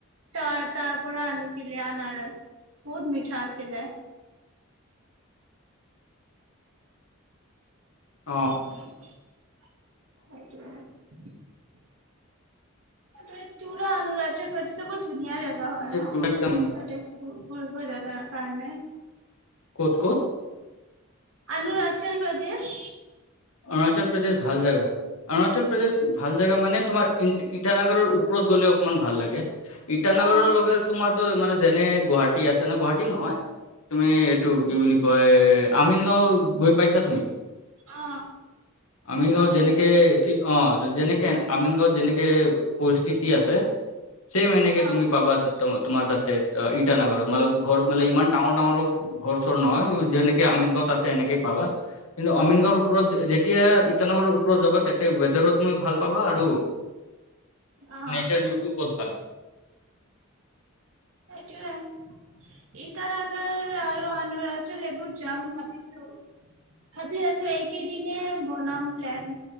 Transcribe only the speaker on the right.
তাৰ তাৰ পৰা আনিছিলে আনাৰস। বহুত মিঠা আছিলে। <unintelligible>
সেইটোৱে। পুৰা টোৰা অৰুণাচল প্ৰদেশৰ ধুনীয়া জেগা হয় ন
তাতে ফোৰটচ বোৰ। বজামা কাৰণে
অৰুণাচল প্ৰদেশ
অ
অ
আমিনগাঁও
অ
অ
সেইটোৱে। ইটানগৰ আৰু অুৰানাচল এইবোৰ যাম ভাবিছোঁ। ভাবি আছো এইকেইদিনে বনাম প্লেন।